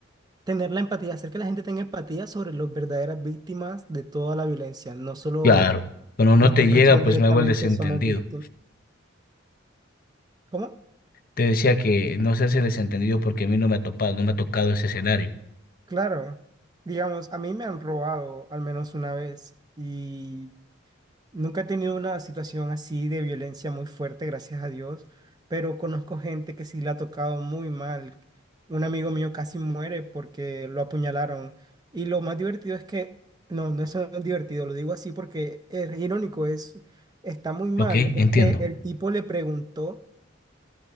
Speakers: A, on the right; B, on the left.
A: tener la empatía, hacer que la gente tenga empatía sobre las verdaderas víctimas de toda la violencia, no solo
B: Claro, cuando no
A: los
B: te
A: que
B: llega,
A: reciben
B: pues
A: directamente
B: me hago el desentendido.
A: somos víctimas. ¿Cómo?
B: Te decía que no se hace desentendido porque a mí no me ha topado, no me ha tocado ese escenario.
A: Claro, digamos, a mí me han robado al menos una vez y nunca he tenido una situación así de violencia muy fuerte, gracias a Dios, pero conozco gente que sí le ha tocado muy mal. Un amigo mío casi muere porque lo apuñalaron y lo más divertido es que, no, no es tan divertido, lo digo así porque es irónico, es, está muy mal,
B: Ok, entiendo.
A: es que el tipo le preguntó.